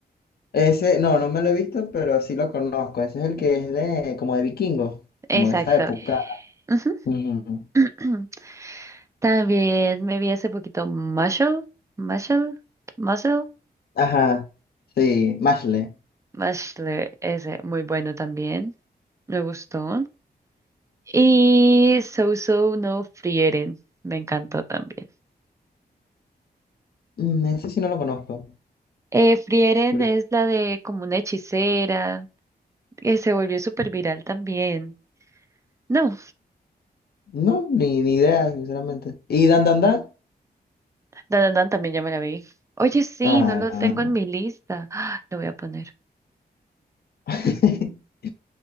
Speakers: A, on the left; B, on the right.
A: Ese, no, no me lo he visto, pero sí lo conozco. Ese es el que es de, como de vikingos,
B: Exacto.
A: como de esa época.
B: Ujú.
A: Ujú.
B: <clears throat> También me vi hace poquito Muscle, Muscle, Muscle,
A: Ajá, sí, Mashle.
B: Muscle, ese, muy bueno también, me gustó. Y So So no Frieren, me encantó también.
A: Mm, ese sí no lo conozco.
B: Eh, Frieren
A: Curio-
B: es la de como una hechicera, que se volvió súper viral también. No,
A: No, ni, ni idea, sinceramente. ¿Y Dan Dan Dan?
B: Dan Dan Dan también ya me la vi. Oye, sí,
A: Ah,
B: no lo tengo en mi lista. Ah, lo voy a poner.
A: <laughs>